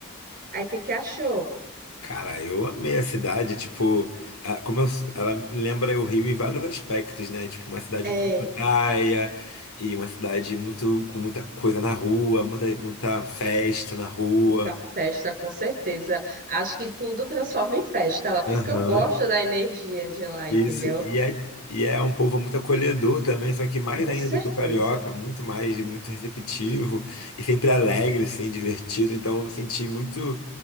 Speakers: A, on the right; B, on the left.
A: aí que que achou?
B: Cara, eu amei a cidade, tipo, a- como eu- ela lembra o Rio em vários aspectos, né? Tipo, uma cidade
A: É.
B: com praia e uma cidade muito com muita coisa na rua, muita, muita festa na rua.
A: Muita festa, com certeza. Acho que tudo transforma em festa lá. Por isso
B: Aham,
A: que eu gosto da energia de lá, entendeu?
B: isso. E é, e é um povo muito acolhedor também, só que mais
A: Com
B: ainda
A: certeza.
B: do que o carioca, muito mais, muito receptivo e sempre alegre, assim, divertido. Então eu me senti muito,